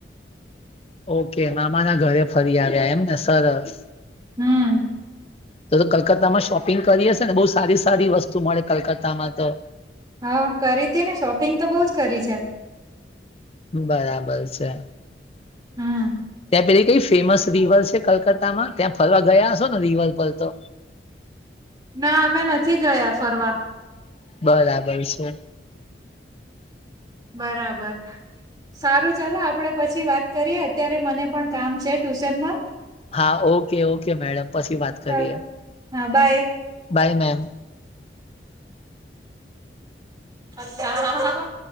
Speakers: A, on the left; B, on the right.
A: ઓકે મામા ના ઘરે ફરી આવ્યા એમને સરસ
B: હમ
A: તો તો કલકત્તામાં શોપિંગ કરી હશે ને બહુ સારી સારી વસ્તુ મળે કલકત્તામાં તો
B: હા કરી હતી ને શોપિંગ તો બહ જ કરી છે.
A: બરાબર છે.
B: હમ
A: ત્યાં પૈછ કઈ ફેમસ રિવર છે કલકત્તામાં ત્યાં ફરવા ગયા છો ને રીવર પરરતો
B: ના અમે નથી ગયા ફરવા
A: બરાબર છે
B: બરાબર સારું ચાલ આપડે પછી વાત કરીએ અત્યારે મને પણ કામ છે ટ્યુશનમાં
A: હા ઓકે ઓકે મેડમ પછી વાત કરીએ
B: હા બાય
A: બાય મેમ
B: અચછા હા હ હ